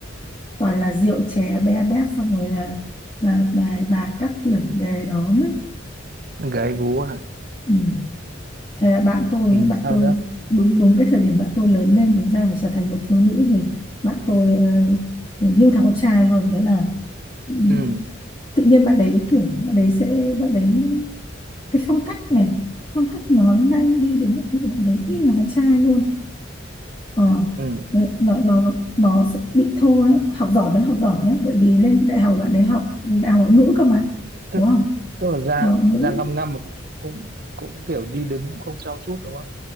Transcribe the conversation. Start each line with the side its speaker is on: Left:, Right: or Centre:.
Left: toàn là rượu chè be bét xong rồi là là bài bạc các kiểu đề đó mới
Right: gái gú à
Left: ừ. thế là bạn tôi
Right: ừ
Left: nhá, bạn
Right: sao
Left: tôi
Right: nữa
Left: đúng đúng cái thời điểm bạn tôi lớn lên đúng ra phải trở thành một thiếu nữ gì bạn tôi ờ, như thằng con trai luôn đấy là ừ,
Right: ừ
Left: tự nhiên bạn đấy kiểu bạn đấy sẽ bạn đấy cái phong cách này phong cách nói năng đi đến mọi thứ của bạn đấy y là con trai luôn ờ
Right: ừ
Left: nó nó nó, nó sẽ bị thô á. học giỏi vẫn học giỏi nhá bởi vì lên đại học bạn đấy học đại học ngoại ngữ cơ mà
Right: tức
Left: đúng không
Right: tức là da
Left: đại học ngoại
Right: da
Left: ngữ
Right: ngăm ngăm mà cũng cũng cũng kiểu đi đứng cũng không trau chuốt đúng không